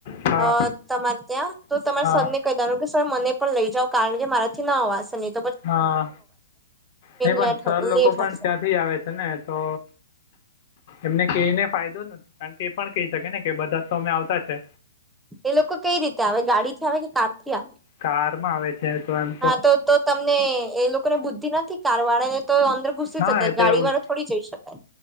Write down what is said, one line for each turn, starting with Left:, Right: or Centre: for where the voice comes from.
Left: હા
Centre: અ તમારે ત્યાં તો તમારા
Left: હા
Centre: સરને કઈ દેવાનુ સર મને પણ લઈ, જાવ કારણ કે મારાથી ના અવાસે મે
Left: હા, નહી. પણ
Centre: લેટ
Left: સર લોકો
Centre: લેટ
Left: પણ
Centre: હશે
Left: ત્યાંથી આવે છે ને તો એમને કહીને ફાયદો જ નથી કારણ કે એ પણ કહી શકે ને કે બધા તો અમે આવતા છે.
Centre: એ લોકોકઈ રીતે, આવે ગાડીથી આવે કે કાર થી આવે
Left: કારમા આવે છે તો એમ
Centre: હા, તો તો તમને એ લોકોને બુદ્ધિ નથી. કાર વાળાને તો અદર ઘુસી
Left: હા
Centre: શકાય
Left: એ
Centre: ગાડી
Left: તો એવું
Centre: વાળો
Left: જ.
Centre: થોડી જઈ શકાય,